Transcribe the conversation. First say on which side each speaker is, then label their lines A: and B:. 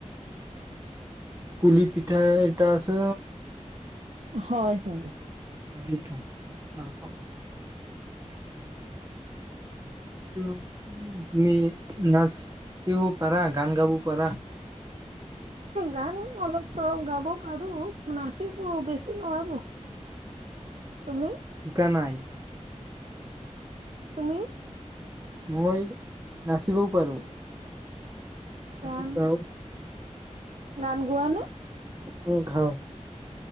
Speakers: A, on the right; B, on the right.
A: কুলি পিঠা এটা আছে।
B: হয় হয়।
A: ইটো <unintelligible> তুমি নাচিব পাৰা গান গাব পাৰা?
B: গান অলপ চলপ গাব পাৰো নাচিব বেছি নোৱাৰো, তুমি?
A: শিকা নাই।
B: তুমি?
A: মই নাচিবও পাৰো <unintelligible>
B: গান গান গোৱা নে?
A: উম, ঘাওঁ